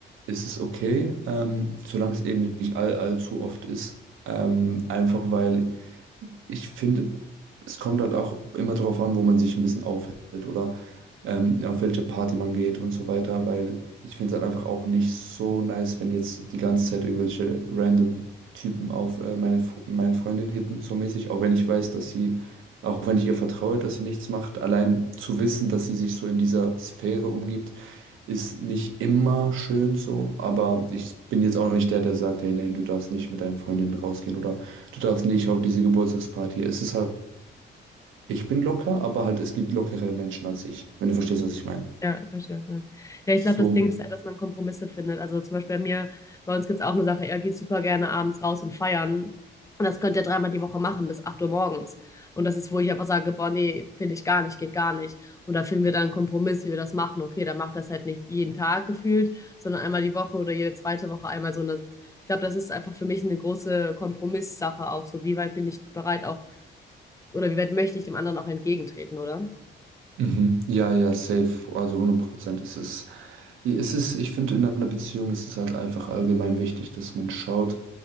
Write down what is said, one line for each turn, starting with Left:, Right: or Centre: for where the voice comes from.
Right: ist es okay, ähm, solange es eben nicht all, allzu oft ist. Ähm, einfach weil ich finde, es kommt halt auch immer darauf an, wo man sich ein bisschen aufhält oder ähm, auf welche Party man geht und so weiter, weil ich finde es halt einfach auch nicht so nice, wenn jetzt die ganze Zeit irgendwelche random Typen auf äh, meine, Fr- meine Freundin hitten, so mäßig, auch wenn ich weiß, dass sie, auch wenn ich ihr vertraue, dass sie nichts macht, allein zu wissen, dass sie sich so in dieser Sphäre umgibt, ist nicht immer schön so, aber ich bin jetzt auch nicht der, der sagt, hey, nein, du darfst nicht mit deinen Freundinnen rausgehen oder du darfst nicht auf diese Geburtstagsparty. Es ist halt, ich bin locker, aber halt, es gibt lockere Menschen als ich, wenn du verstehst, was ich meine.
Left: Ja, ich verstehe, was du meinst. Ja, ich
Right: So
Left: glaube, das Ding ist halt, dass man Kompromisse findet. Also zum Beispiel bei mir, bei uns gibt es auch eine Sache, er geht super gerne abends raus und feiern. Und das könnt ihr dreimal die Woche machen, bis 8 Uhr morgens. Und das ist, wo ich aber sage, boah, nee, finde ich gar nicht, geht gar nicht. Und da finden wir dann einen Kompromiss, wie wir das machen. Okay, dann macht das halt nicht jeden Tag gefühlt, sondern einmal die Woche oder jede zweite Woche einmal so eine. Ich glaube, das ist einfach für mich eine große Kompromisssache auch. So, wie weit bin ich bereit auch, oder wie weit möchte ich dem anderen auch entgegentreten, oder?
Right: Mhm. Ja, ja, safe. Also hundert Prozent ist es. Es ist, ich finde, in einer Beziehung ist es halt einfach allgemein wichtig, dass man schaut,